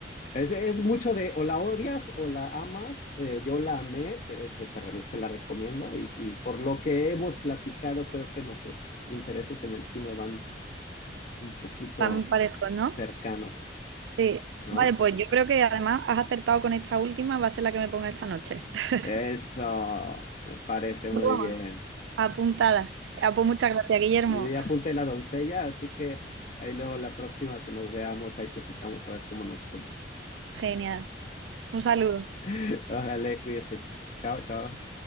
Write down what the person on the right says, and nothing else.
Van parejos, ¿no?
Sí.
Vale, pues yo creo que además has acertado con esta última, va a ser la que me ponga esta noche. <laughs>
Broma.
Apuntada. Ah, pues muchas gracias, Guillermo.
Genial. Un saludo.